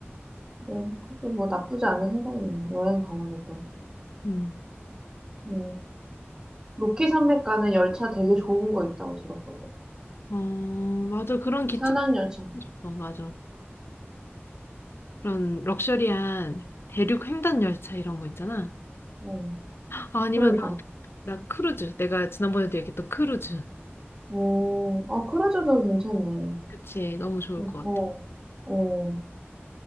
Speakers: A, on the right; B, on the left.
A: 그래. 그것도 뭐 나쁘지 않은 생각이네. 여행 가는 것도.
B: 음.
A: 음, 로키 산맥 가는 열차 되게 좋은 거 있다고 들었거든.
B: 어, 맞아. 그런 기차
A: 산악
B: 타고
A: 열차.
B: 싶어. 맞아. 그런 럭셔리한 대륙 횡단 열차 이런 거 있잖아.
A: 음,
B: 아니면
A: 그러니까.
B: 나 크루즈. 내가 지난번에도 얘기했던 크루즈.
A: 음, 어, 아, 크루즈도 괜찮네.
B: 그치. 너무 좋을
A: 어,
B: 것 같아.
A: 어,